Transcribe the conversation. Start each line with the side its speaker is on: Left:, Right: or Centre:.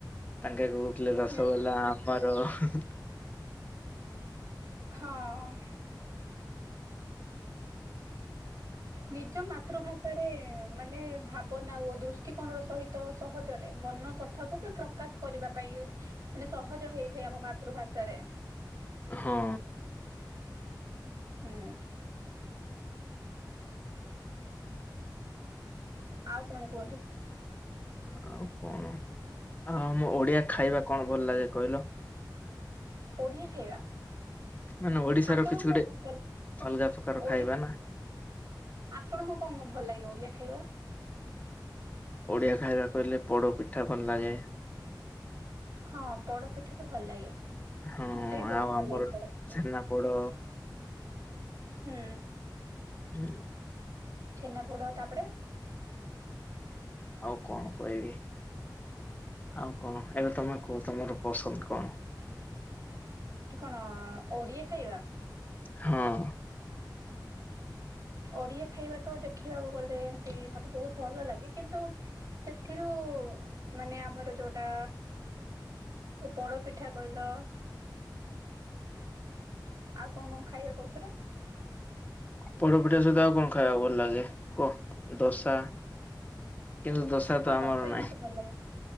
Left: ତାଙ୍କେ କହୁଥିଲେ ରସଗୋଲା
Right: ହୁଁ
Left: ଆମର। ହ।
Right: ହଁ। ନିଜ ମାତୃଭାଷାରେ ଏ ମାନେ ଭାବନା ଓ ଦୃଷ୍ଟିକୋଣ ର ସହିତ ସହଜରେ ମନ କଥାକୁ ବି ପ୍ରକାଶ କରିବା ପାଇଁ ଇ ମାନେ ସହଜ ହେଇଥାଏ ଆମ ମାତୃଭାଷାରେ।
Left: ହଁ।
Right: ହୁଁ। ଆଉ କଣ କୁହନ୍ତୁ?
Left: ଆଉ କଣ ଆଉ ଆମ ଓଡିଆ ଖାଇବା କଣ ଭଲ ଲାଗେ କହିଲ?
Right: ଓଡିଆ ଖାଇବା
Left: ମାନେ ଓଡିଶାର
Right: ଆପଣଙ୍କୁ
Left: କିଛି ଗୋଟେ
Right: କଣ ଭଲ
Left: ଅଲଗା ପ୍ରକାର
Right: ଓଡି
Left: ଖାଇବା ନା?
Right: ଆପଣଙ୍କୁ କଣ କଣ ଭଲ ଲାଗିବ ଓଡିଆ ଖାଇବା?
Left: ଓଡ଼ିଆ ଖାଇବା କହିଲେ ପୋଡ଼ ପିଠା ଭଲ ଲାଗେ।
Right: ହଁ ପୋଡପିଠା ତ ଭଲ ଲାଗେ।
Left: ହଁ
Right: ମତେ ବି ବହୁତ
Left: ଆଉ
Right: ଭଲ
Left: ଆମର
Right: ଲାଗେ ପୋଡ ପିଠା
Left: ଛେନାପୋଡ।
Right: ହୁଁ।
Left: ହୁଁ।
Right: ଛେନା ପୋଡ ତା ପରେ
Left: ଆଉ କଣ କହିବି? ଆଉ କଣ ଏବେ ତମେ କୁହ ତମର ପସନ୍ଦ କଣ?
Right: କଣ ଅଅ ଓଡିଆ ଖାଇବା?
Left: ହଁ।
Right: ଓଡିଆ ଖାଇବା ତ ଦେଖିବାକୁ ଗଲେ ଏମତି ମତ୍ ବହୁତ ଭଲ ଲାଗେ କିନ୍ତୁ ସେଥିରୁ ମାନେ ଆମର ଯୋଉଟା ଏ ପୋଡପିଠା କହିଲ ଆଉ କଣ କଣ ଖାଇବା କହୁଥିଲ?
Left: ପୋଡପିଠା ସହିତ ଆଉ କଣ ଖାଇବାକୁ ଭଲ ଲାଗେ କୁହ ଦୋସା? କିନ୍ତୁ ଦୋଶା
Right: ହଁ
Left: ତ ଆମର
Right: ଦଶ ବି
Left: ନାହିଁ।
Right: ମତେ ଭଲ ଲାଗେ